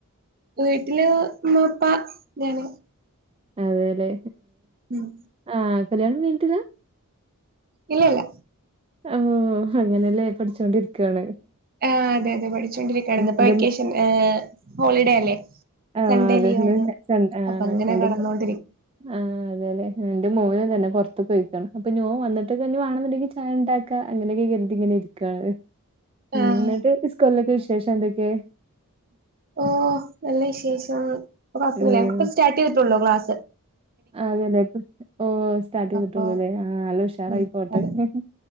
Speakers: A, on the right; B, on the right.
A: വീട്ടില് ഉമ്മാപ്പാ ഞാന്-
B: അതെല്ലെ
A: ഉം.
B: ആഹ് കല്യാണംകഴി ട്ടില്ലാ-
A: ഇല്ല ഇല്ല
B: ആ അങ്ങനെയല്ലേ പഠിച്ചോണ്ടിരിക്കുവയാണ്
A: ആ അതെ അതെ പഠിച്ചോണ്ടിരിക്കയാണ് ഇ ഇപ്പൊ
B: എന്റെ
A: വെക്കേഷൻ
B: മോ
A: ഹോളിഡേ അല്ലേ
B: ആഹ്
A: സൺഡേ
B: അത്
A: ലീവണ്
B: ഇന്ന് സൺ ആഹ്
A: അപ്പൊ അങ്ങനെ
B: എന്റെ
A: കടന്നോണ്ടിരിക്ക
B: മോ ആഹ് അതേല്ലേ. എന്റെ മോനും തന്നെ പൊറ് ത്തുക്കൊ യ്ക്ക്ണ് അപ്പഞോൻ വന്നിട്ട്ക്ക് വാണന്ന് ണ്ടെങ്കിൽ ഉണ്ടാക്ക അങ്ങനൊക്കെ കരുതി ഇങ്ങെനിരിക്കാണ് ഉം
A: ആഹ്
B: എന്നട്ട് ഇസ്കല്ലക്ക <unintelligible> ശേഷം എന്തൊക്കെ
A: ഓ നല്ല വിശേഷം <unintelligible>
B: ഉം.
A: സ്റ്റാട്ടയ്ട്ടുള്ളോ ക്ലസ് <inaudible> <inaudible>
B: അതെല്ലേ ഓ സ്റ്റാർട്ട് ചെയ്തിട്ടുള്ളുല്ലേ
A: അപ്പൊ
B: ആഹ് അല്ലോ ഉഷാറായി
A: ഉം
B: പോട്ടെ
A: അതെ
B: ഹ് ഹ്